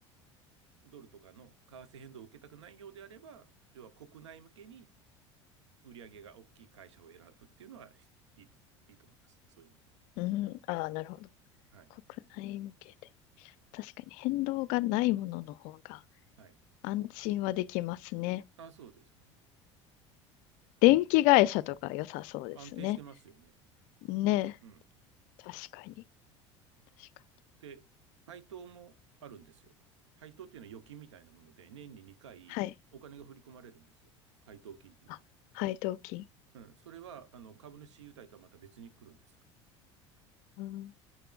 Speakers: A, on the right; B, on the left.
A: ドルとかの為替変動を受けたくないようであれば、要は国内向けに売り上げが大きい会社を選ぶっていうのは、いい、いいと思います。そういうのが。
B: うん、ああ、なるほど。
A: はい。
B: 国内向けで。確かに変動がないものの方が
A: はい。
B: 安心はできますね。
A: あ、そうですね。
B: 電気会社とか良さそうですね。
A: 安定してますよね。
B: ね、
A: うん。
B: 確かに。確かに。
A: で、配当もあるんですよ。配当っていうのは預金みたいなもので、年に2回お金が振り込まれるんですよ。
B: はい。
A: 配当金っていうのが。
B: あ、配当金。
A: うん。それは、あの、株主優待とはまた別に来るんですよ。
B: うん